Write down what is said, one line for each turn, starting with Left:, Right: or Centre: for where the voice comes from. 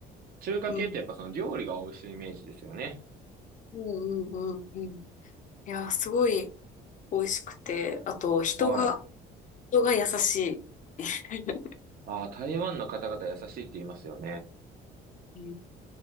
Right: 中華系ってやっぱその料理が美味しいイメージですよね。
Left: うん。うんうんうんうん。いや、すごい美味しくて、あと、人が、
Right: はい。
Left: 人が優しい。<laughs>
Right: ああ台湾の方々優しいって言いますよね。
Left: うん